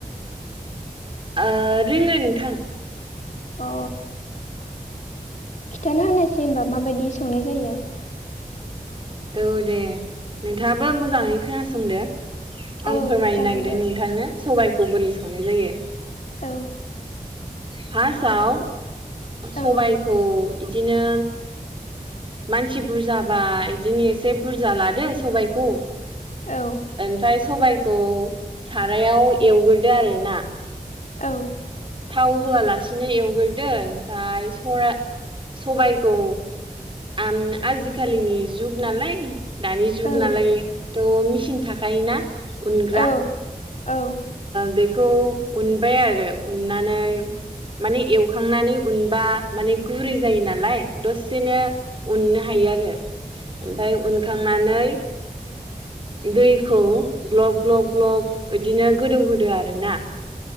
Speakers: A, on the right; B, on the left.
A: ओ रोङो नोंथां
B: अ खिन्थाना हानायसै होमबा माबायदि संनाय जायो
A: औ दे नोंथाङाबो मोजाङै खोनासंदो आं
B: औ
A: फोरमायनो
B: जागोन
A: नागिरदों
B: दे
A: नोंथांनो सबाइखौ बोरै संनाय जायो
B: औ
A: फार्स्टआव
B: औ
A: सबायखौ बिदिनो मानसि बुरजाबा बिदिनो एसे बुरजा लादो सबायखौ
B: औ
A: ओमफ्राय सबायखौ सारायाव एवग्रोदो आरोना
B: औ
A: थाव होआलासेनो एवग्रोदो ओमफफ्राय सरा सबायखौ आम आजिखालिनि जुग नालाय दानि जुग
B: औ
A: नालायथ' मेचिन थाखायोना उनग्रा
B: औ औ
A: बे खौ उनबाय आरो उननानै माने एवखांनानै उनबा माने गुरै जायो नालाय दसेनो उननो हायो आरो ओमफ्राय उनखांनानै दैखौ ग्लब ग्लब ग्लब बिदिनो गोदौहोदो आर ना